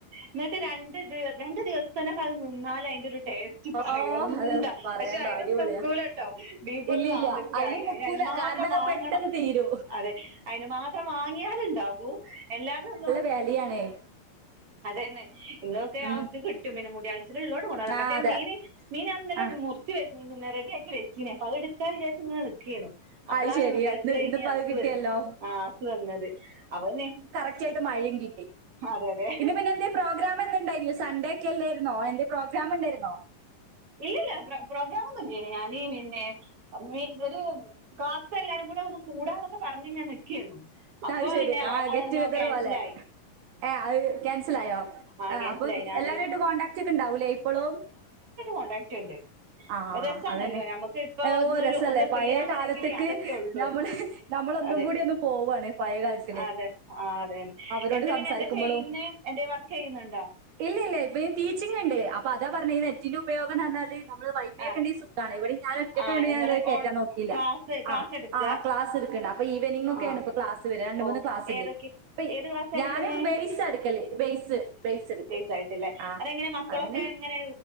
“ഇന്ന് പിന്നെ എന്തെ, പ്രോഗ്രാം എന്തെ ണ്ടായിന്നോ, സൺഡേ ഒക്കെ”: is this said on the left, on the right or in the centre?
Right